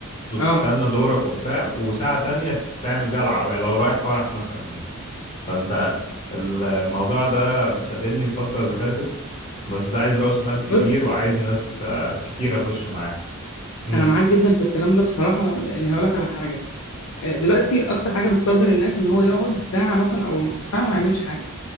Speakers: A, on the left; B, on the left.
A: وتستنى
B: اه
A: دورك وبتاع وساعة تانية تعمل بيها العربية لو رايح فرح مثلا يعني فانت الموضوع ده شددني الفترة اللي فاتت بس ده عايز رأس مال كبير
B: بص
A: وعايز ناس آه، كتير أخش معاها امم
B: انا معاك جدا في الكلام ده بصراحة لاني هقول لك على حاجة آه، دلوقتي اكتر حاجة بتقدر الناس ان هو يقعد ساعة مثلا او ساعة ما يعملش حاجة